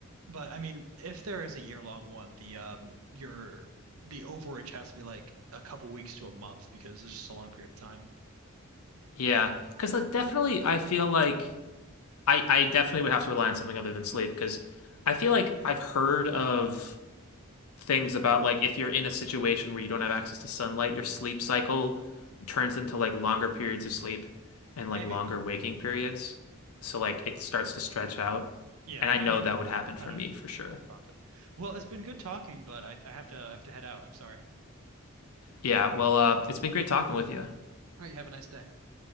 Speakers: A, on the right; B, on the left.
A: But I mean, if there is a year-long one, the um, your the overage has to be like a couple weeks to a month because it's just a long period of time.
B: Yeah, because like definitely, I feel like I I definitely would have to rely on something other than sleep because I feel like I've heard of things about like if you're in a situation where you don't have access to sunlight, your sleep cycle turns into like longer periods of sleep and like
A: Maybe.
B: longer waking periods. So like it starts to stretch out,
A: Yeah.
B: and
A: I
B: I know
A: mean,
B: that would happen for
A: I don't
B: me for sure.
A: probably. Well, it's been good talking, but I I have to I have to head out. I'm sorry.
B: Yeah, well, uh, it's been great talking with you.
A: All right. You have a nice day.